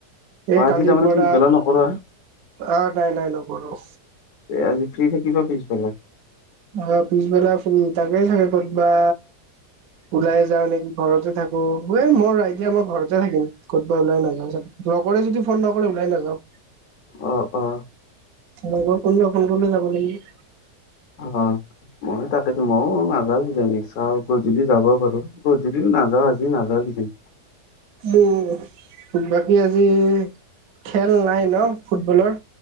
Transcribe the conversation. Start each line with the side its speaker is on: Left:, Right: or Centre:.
Left: অ',
Right: এই
Left: আজি
Right: কালিৰ
Left: তাৰমানে
Right: পৰা
Left: পিছবেলা
Right: আহ'
Left: নকৰা,
Right: নাই নাই নকৰোঁ।
Left: এ আজি ফ্ৰী থাকিবা পিছবেলা?
Right: অঁ! পিছবেলা ফ্ৰী তাকে চাগে ক'ত বা ওলাই যাওঁ নেকি ঘৰতে থাকোঁ অ এই এতিয়া মই ঘৰতে থাকিম। ক'তবা ওলাই নাযাওঁ যাতে, লগৰে যদি ফোন নকৰে ওলাই নাযাওঁ।
Left: অঁ-অঁ!
Right: লগৰ কোনোবা ফোন কৰিলে যাব লাগিব।
Left: অঁ! মই তাকেতো ময়ো নাযাওঁ কিজানি, চাওঁ গধূলি যাব পাৰোঁ গধূলিও নাযাওঁ আজি নাযাওঁ কিজানি।
Right: উম! বাকী আজি খেল নাই ন ফুটবলৰ?